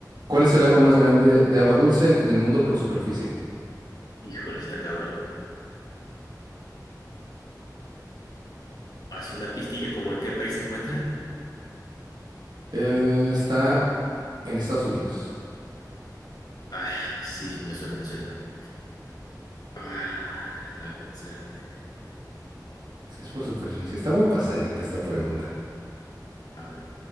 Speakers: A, on the right; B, on the left.
A: ¿cuál es el lago más grande de agua dulce en el mundo por superficie?
B: Híjole, está cabrón. Así una pistilla, como en qué país se encuentra?
A: Eh, está en Estados Unidos.
B: Ay, sí, me suena, me suena. Ah, la madre, el lago más grande.
A: Es que es por superficie. Está muy pasadita esta pregunta.
B: A ver,